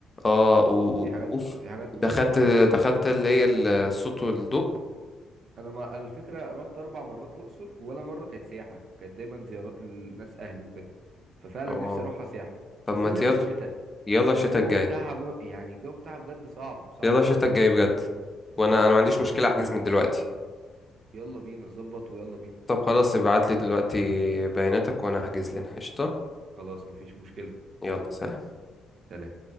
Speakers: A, on the left; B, on the right.
A: اه و-
B: في حاجات
A: و- اوف
B: في حاجات مرعبه
A: دخلت
B: هناك جميله
A: دخلت اللي هي الصوت والضوء
B: انا ما أنا الفكره رحت اربع مرات الاقصر ولا مره كانت سياحه كانت دايما زيارات للناس اهلي وكده ففعلا
A: اه
B: نفسي اروحها سياحه
A: طب
B: بس
A: ما
B: لازم
A: يلا
B: في الشتاء
A: يلا الشتا
B: الجو
A: الجاي
B: بتاعها م... يعني الجو بتاعها بجد صعب صعب
A: يلا
B: قوي
A: الشتا الجاي بجد وانا
B: انا
A: انا ما
B: ما
A: عنديش
B: عنديش
A: مشكلة
B: اي
A: احجز
B: مشكله
A: من دلوقتي
B: يلا بينا ظبط ويلا بينا
A: طب خلاص ابعت لي دلوقتي بياناتك وانا احجز لنا قشطة
B: خلاص مفيش مشكلة
A: يلا سلام
B: سلام